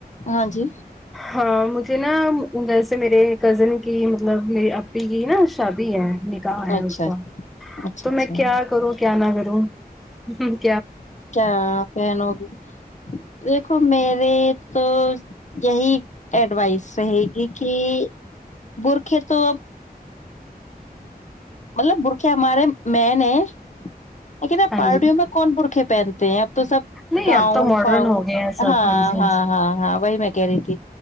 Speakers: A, on the left; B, in the centre.
A: ہاں جی
B: ہاں مجھے نا ویسے میرے کزن کی مطلب میری اپپی کی نا شادی ہے ن کہا ہے
A: اچھا
B: اس کو
A: اچھا
B: تو
A: اچھا
B: میں کیا کروں کیا نہ کروں جی
A: کیا پن ہوگی دیکھو میرے تو یہی ڈ رہے گی کہ برخے تو اب مطلب برخے ہمارے م نے ہیں لیکن
B: ہاں
A: پارٹییوں
B: جی
A: میں کون ب پکھے پہنتے ہیں آ تو سب
B: نہیں
A: گاؤن
B: اب تو ماڈرن
A: فاؤن
B: ہو گیا ہے سب
A: ہاں
B: جی
A: ہاں
B: جی
A: ہاں ہاں وہی میں کہہ رہی تھی